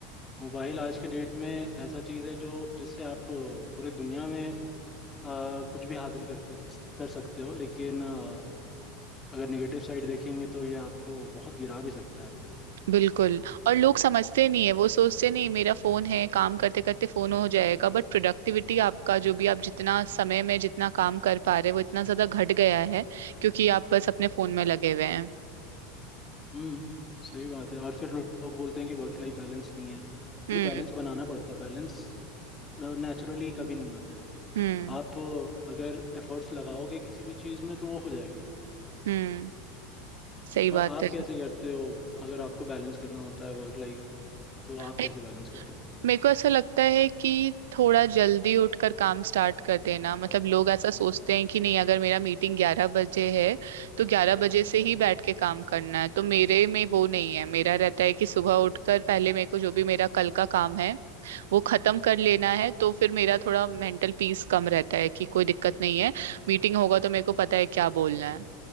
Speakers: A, on the left; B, on the right.
A: मोबाइल आज के डेट में ऐसा चीज़ है जो जिससे आप अ, पूरे दुनिया में अ, कुछ भी हासिल करते कर सकते हो लेकिन अ, अगर नेगेटिव साइड देखेंगे तो ये आपको बहुत गिरा भी सकता है
B: बिल्कुल और लोग समझते नहीं है वो सोचते नहीं मेरा फोन है काम करते करते फोन हो जाएगा बट प्रोडक्टिविटी आपका जो भी आप जितना समय में जितना काम कर पा रहे हो वो इतना ज्यादा घट गया है क्योंकि आप बस अपने फोन में लगे हुए हैं
A: हम्म सही बात है और फिर लो- लोग बोलते हैं कि वर्क लाइफ बैलेंस नहीं है फिर
B: हम्म
A: बैलेंस बनाना पड़ता है बैलेंस नेचुरली कभी नहीं आता है
B: हम्म
A: आप अ, अगर एफर्ट्स लगाओगे किसी भी चीज़ में तो वो हो जाएगा
B: हम्म सही बात
A: और आप कैसे करते हो अगर आपको बैलेंस करना होता है वर्क लाइफ तो आप कैसे
B: है
A: बैलेंस करते हो
B: मेरे को ऐसा लगता है कि थोड़ा जल्दी उठकर काम स्टार्ट कर देना मतलब लोग ऐसा सोचते हैं कि नहीं अगर मेरा मीटिंग ग्यारह बजे है तो ग्यारह बजे से ही बैठ के काम करना है तो मेरे में वो नहीं है मेरा रहता है कि सुबह उठकर पहले मेरे को जो भी मेरा कल का काम है वो खत्म कर लेना है तो फिर मेरा थोड़ा मेंटल पीस कम रहता है कि कोई दिक्कत नहीं है मीटिंग होगा तो मेरे को पता है क्या बोलना है